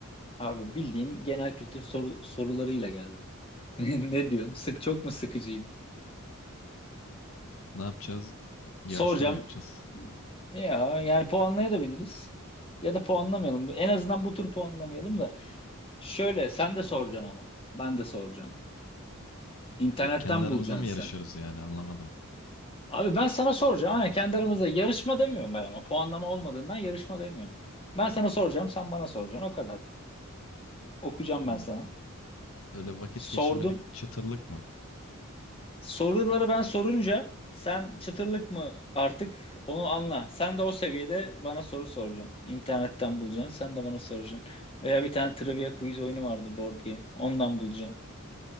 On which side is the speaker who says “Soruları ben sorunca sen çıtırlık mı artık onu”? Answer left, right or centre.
Left